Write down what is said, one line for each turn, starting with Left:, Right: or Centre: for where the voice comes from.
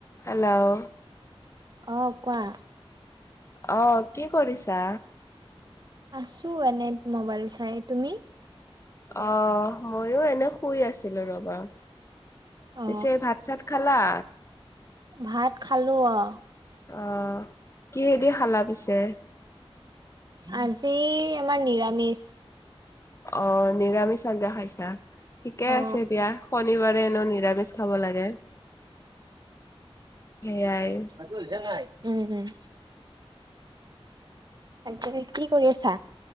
Left: হেল্ল'
Right: অঁ কোৱা
Left: আহ কি কৰিছা!
Right: আছো এনে মোবাইল চাই তুমি
Left: আহ মইও এনে শুই আছিলো ৰবা
Right: অ
Left: চ ভাত চাত খালা
Right: ভাত খালো অঁ।
Left: অঁ কিহেদি খালা পিছে
Right: আজি আমাৰ নিৰামিষ
Left: অঁ নিৰামিষ চ আঞ্জা খাই ছা ঠিকে
Right: অ
Left: আছে এতিয়া শনিবাৰে এন নিৰামিষ খাব লাগে সেইয়াই
Right: আজ উল নাই উম উম। আ কি কৰি আছা।